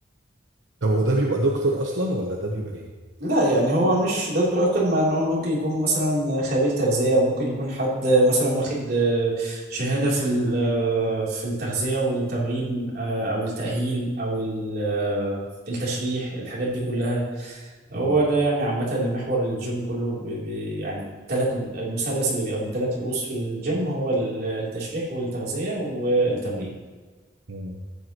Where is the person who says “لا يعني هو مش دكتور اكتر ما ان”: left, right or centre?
Right